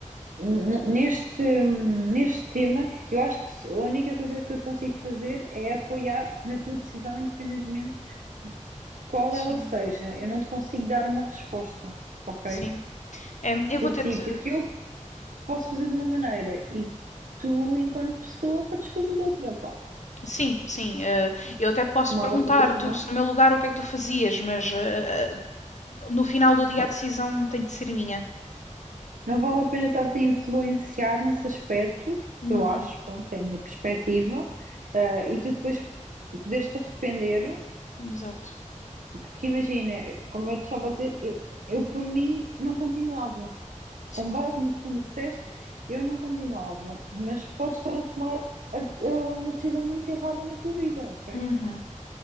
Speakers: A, on the right; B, on the left.
A: n- neste, neste tema, eu acho que a única coisa que eu te consigo fazer é apoiar na tua decisão, independentemente de qual
B: Sim,
A: ela seja. Eu não te consigo dar uma resposta, ok?
B: sim. É, eu
A: Por
B: vou ter-te.
A: ti, porque eu posso fazer de uma maneira e tu, enquanto pessoa, podes fazer de outra, pá,
B: Sim, sim. eh, eu até te posso
A: tomar
B: perguntar,
A: outra decisão.
B: tu, se no meu lugar, o que é que tu fazias, mas eh, eh, no final do dia a decisão tem de ser minha.
A: Não vale a pena eu estar-te a influenciar nesse aspecto,
B: Uhum,
A: eu acho, pronto, é a minha perspectiva, ah, e tu depois poderes-te arrepender,
B: Exato.
A: porque imagina, eu- como eu te estava a dizer, eu, eu por mim não continuava.
B: Sim.
A: Com base no que tu me disseste, eu não continuava, mas podes estar a tomar a- a uma decisão muito errada na tua vida, ok?
B: Uhum.